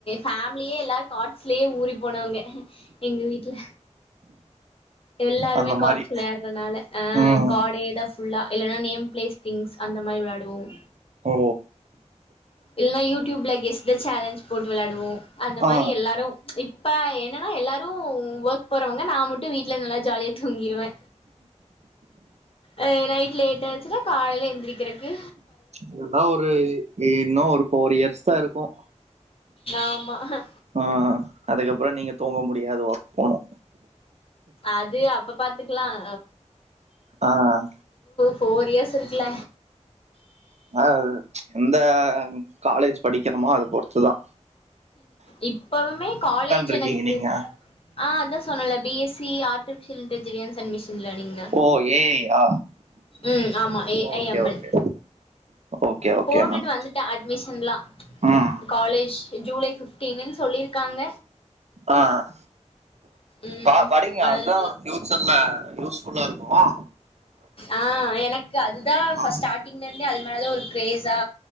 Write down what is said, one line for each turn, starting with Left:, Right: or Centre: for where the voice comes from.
Left: பேஃமிலியே எல்லார் காட்ஸ்லேயே ஊரி போனவங்க எங்க வீட்ல எல்லாருமே
Right: அந்த
Left: கார்ட்ஸ்
Right: மாதிரி
Left: வெளையாடுறதுனால ஆஹ்
Right: ம்
Left: கார்டேதான் ஃபுல்லா இல்லன்னா நேம் பிளேஸ் திங்ஸ் அந்த மாரி வெளையாடுவோம்
Right: ஓ
Left: இல்லனா யூடியூப் ல கெஸ்டஸ் சேலஞ்ச் போட்டு விளையாடுவோம் அந்த மாதிரி
Right: ஆ
Left: எல்லாரும் இப் பாய நாஎல்லாரும் ஒர்க் போறவங்க நா மட்டும் வீட்ல நல்லா ஜாலியா தூங்கிருவே ஆ நைட் லேட் ஆச்சுன்னா காலைல எந் இருக்கிருக்கு
Right: இதெல்லாம் ஒரு யே இன்னு ஒரு ஃபோர் இயர்ஸ்தா இருக்கும்
Left: ஆமா
Right: ஆஹ் அதுக்கப்புற நீங்க தூங்க முடியாது ஒர்க் போகணு
Left: அது அப்ப பாத்து கத்துக்கலாம்
Right: ஆஹ்
Left: போர் இயர்ஸ் இருக்குல
Right: ஆஹ் எந்த காலேஜ் படிக்கிறோமோ அதை பொறுத்துதா
Left: இப்பவுமே காலேஜ்
Right: இருக்கீங்க
Left: எனக்கு
Right: நீங்க
Left: ஆஹ் அதான் சொன்னெல B S C C artificial intelligence and machine இல்ல நீங்க
Right: ஓ ஏஐயா
Left: உம் ஆமா A
Right: okay
Left: I M
Right: okay
Left: L
Right: okay okay
Left: போட்டுட்டு
Right: ma'am
Left: வந்துட்டேன் அட்மிஷன்லாம்
Right: ம்
Left: காலேஜ் ஜூலை பிப்த் டின்னு சொல்லிருக்காங்க
Right: ஆஹ்
Left: ம்
Right: பா படிங்க
Left: அது
Right: அதுதான் ஃபியூச்சர்ல யூஸ் ஃபுல்லாஇருக்குமா
Left: ஆஹ் எனக்கு அதுதான்
Right: ஆ
Left: ஸ்டார்ட்டிங்ல இருந்தே அது மேலதான் ஒரு கிரேஸா